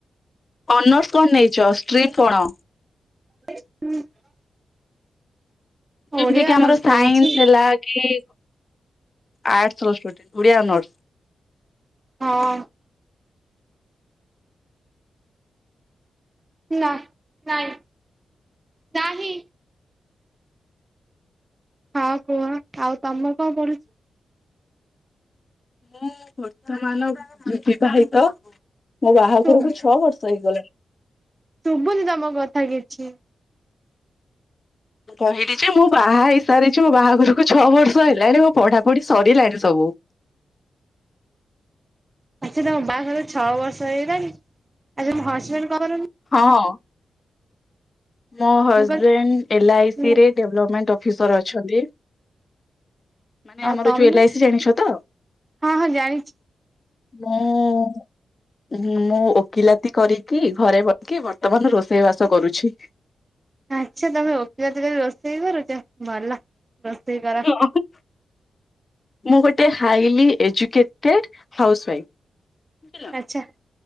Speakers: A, on the left (about 45°); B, on the right (about 30°).
A: ଅନର୍ସ କଣ ନେଇକ ଷ୍ଟ୍ରିଟ କଣ?
B: ହ ହୁଁ।
A: ଯେମିତି
B: ଓଡିଆ
A: କି
B: ଅନର୍ସ
A: ଆମର ସାଇନ୍ସ
B: ନେଇଛି
A: ହେଲା କି ଆର୍ଟସଡେଣ୍ଟ ଓଡିଆ ଅନର୍ସ।
B: ହଁ। ନା ନାଇଁ ନାହିଁ। ହଁ କୁହ ଆଉ ତମ କଣ ପଢୁଚ?
A: ମୁଁ ବର୍ତ୍ତମାନ ବିବାହିତ ମୋ ବାହାଘରକୁ
B: ଶୁଭୁ
A: ଛଅ ବର୍ଷ ହେଇଗଲାଣି।
B: ଶୁଭୁନି ତମ କଥା କିଛି?
A: ମୁଁ କହିଲି ଯେ ମୁଁ ବାହା ହେଇସାରିଚି ମୋ ବାହାଘରକୁ ଛଅ ବର୍ଷ ହେଲାଣି ମୋ ପଢାପଢି ସରିଲାଣି ସବୁ।
B: ଆ ସେ ତମ ବାହାଘର ଛଅ ବର୍ଷ ହେଇଗଲାଣି ଆମ ହଜବେଣ୍ଡ କରନ୍ତି?
A: ହଁ। ମୋ ହଜବେଣ୍ଡ
B: ମୁଁ କହିଲି
A: ଏଲ୍ ଆଇ ସି
B: ହୁଁ
A: ରେ ଡେଭଲପମେଣ୍ଟ ଅଫିସର ଅଛନ୍ତି। ମାନେ
B: ଆଉ
A: ଆମର
B: ତମେ
A: ଯୋଉ ଏଲ ଆଇ ସି ଜାଣିଛ ତ?
B: ହଁ ହଁ ଜାଣିଛି।
A: ମୁଁ। ଉଁ ମୁଁ ଓକିଲାତି କରିକି ଘରେ ବସିକି ବର୍ତ୍ତମାନ ରୋଷେଇ ବାସ କରୁଛି।
B: ଆଛା ତମେ ଓକିଲାତି ରୋଷେଇ କରୁଚ ଭଲା ରୋଷେଇ କର।
A: ଅଁହୁଁ। ମୁଁ ଗୋଟେ ହାଇଲି ଏଜୁକେଟେଡ ହାଉସୱାଇଫ୍।
B: ଯା